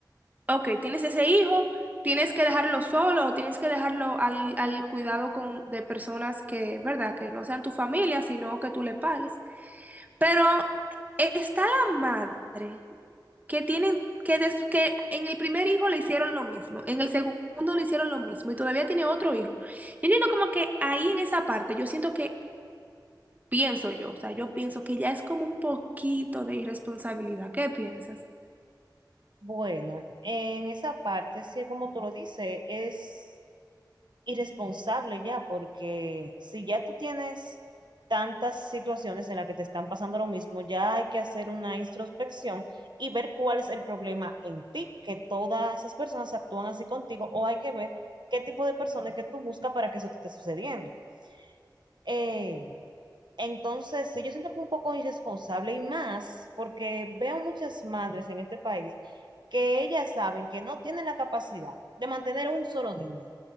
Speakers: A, on the right (about 20°); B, on the right (about 75°).
A: ok, tienes ese hijo, tienes que dejarlo solo o tienes que dejarlo al, al cuidado con, de personas que, ¿verdad? Que no sean tu familia, sino que tú le pagues. Pero está la madre que tienen que, des- que en el primer hijo le hicieron lo mismo, en el segundo le hicieron lo mismo y todavía tiene otro hijo. Yo entiendo como que ahí en esa parte yo siento que pienso yo, o sea, yo pienso que ya es como un poquito de irresponsabilidad. ¿Qué piensas?
B: Bueno, en esa parte, sí, como tú lo dices, es irresponsable ya, porque si ya tú tienes tantas situaciones en las que te están pasando lo mismo, ya hay que hacer una introspección y ver cuál es el problema en ti, que todas esas personas actúan así contigo, o hay que ver qué tipo de personas que tú buscas para que eso te esté sucediendo. Eh, entonces, sí, yo siento que un poco irresponsable y más porque veo muchas madres en este país que ellas saben que no tienen la capacidad de mantener un solo niño